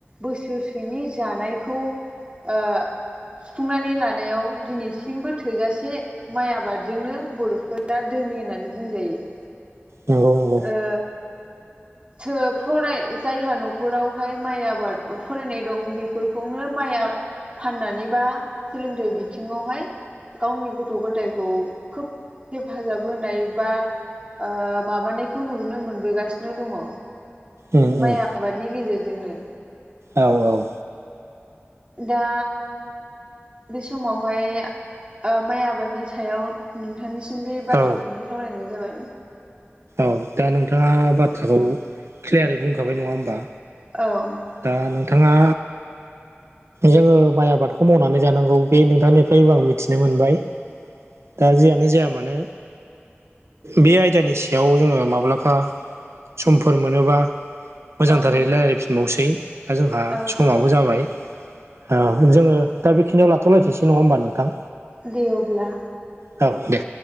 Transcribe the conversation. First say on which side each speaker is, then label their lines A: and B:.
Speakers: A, on the right (about 30°); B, on the right (about 85°).
A: बोसोरसेनि जानायखौ ओ सुफुंनानै लानायाव दिनैसिमबो थोजासे माइ आबादजोंनो बर'फोरा धोनि होननानै बुंजायो।
B: नंगौ नंगौ।
A: ओ सो फराय जायहा न'खरावहाय माइ आबाद फरायनाय दं बेफोरखौनो माइ फाननानै बा सोलोंथाइ बिथिङावहाय गावनि गथ' गथायखौ खोब हेफाजाब होनाय बा ओ माबानायखौ नुनो मोनबोगासिनो दङ।
B: उम
A: माइ
B: उम
A: आबादनि गेजेरजोंनो
B: औ औ
A: दा बे समावहाय ओ माइ आबादनि सायाव नोंथांनि सिम बे बाथ्राखौनो
B: औ
A: सावरायनाय जाबाय।
B: औ दा नोंथाङा बाथ्राखौ क्लियारै बुंखाबाय नङा होमबा
A: औ
B: दा नोंथाङा जोङो माइ आबादखौ मावनानै जानांगौ बे नोंथांनिफ्रायबो आं मिथिनो मोनबाय दा जियानो जाया मानो बे आयदानि सायाव जोङो माब्लाबा समफोर मोनोबा मोजांथारै
A: औ
B: रायलायफिनबावसै दा जोंहा
A: औ
B: समाबो जाबाय औ जोङो दा बेखिनियाव लाथ'लखिसै नङा होमबा नोंथां
A: दे अब्ला
B: औ दे